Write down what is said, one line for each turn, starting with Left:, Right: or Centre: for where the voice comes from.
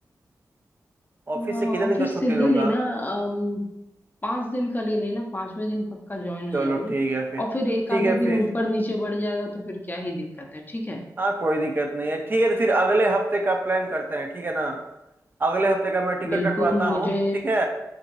Right: ऑफिस
Left: हाँ
Right: से कितने
Left: ऑफिस
Right: दिन का छुट्टी
Left: से ले
Right: लूंगा
Left: लेना अम, पाँच दिन का ले लेना पांचवें दिन पक्का ज्वाइन हो
Right: चलो
Left: जाओगे
Right: ठीक है फिर
Left: और फिर एक
Right: ठीक
Left: आधे
Right: है
Left: दिन
Right: फिर
Left: ऊपर नीचे बढ़ जाएगा तो फिर क्या ही दिक्कत है ठीक है
Right: हाँ कोई दिक्कत नहीं है ठीक है तो फिर अगले हफ्ते का प्लान करते हैं ठीक है ना अगले हफ्ते का मैं टिकट
Left: बिल्कुल
Right: कटवाता
Left: मुझे
Right: हूँ ठीक है